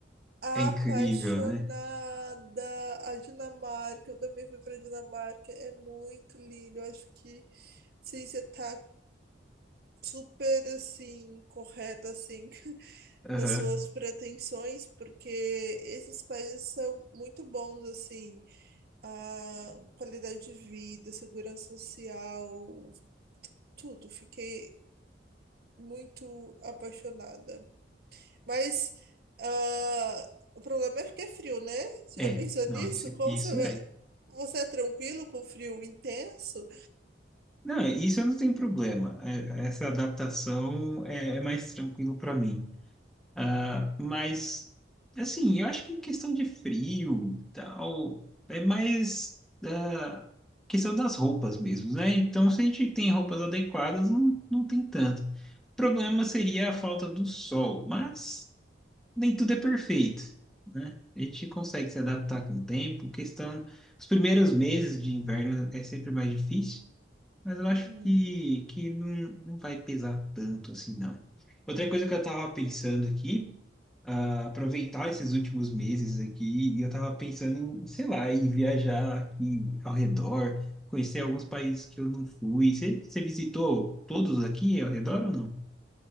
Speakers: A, on the right; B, in the centre.
A: apaixonada.
B: É incrível, né?
A: A Dinamarca, eu também fui pra Dinamarca, é muito lindo. Eu acho que sim, você tá super assim, correta assim <laughs>
B: Aham.
A: nas suas pretensões, porque esses países são muito bons assim, a qualidade de vida, segurança social, tudo. Fiquei muito apaixonada. Mas ah, o problema é que é frio, né? Você
B: É,
A: já pensou
B: não,
A: nisso?
B: isso,
A: Como
B: isso
A: você vai.
B: é.
A: Você é tranquilo com frio intenso?
B: Não, isso eu não tenho problema. É- Essa adaptação é, é mais tranquilo para mim. Ah, mas, assim, eu acho que questão de frio, tal, é mais ah, questão das roupas mesmo, né? Então, se a gente tem roupas adequadas, não, não tem tanto. problema seria a falta do sol, mas nem tudo é perfeito, né? A gente consegue se adaptar com o tempo. Questão, os primeiros meses de inverno é sempre mais difícil, mas eu
A: Uhum.
B: acho que, que não, não vai pesar tanto assim, não. Outra coisa que eu estava pensando aqui, ah, aproveitar esses últimos meses aqui, e eu estava pensando em, sei lá, em viajar aqui ao redor, conhecer alguns países que eu não fui. Você, você visitou todos aqui ao redor ou não?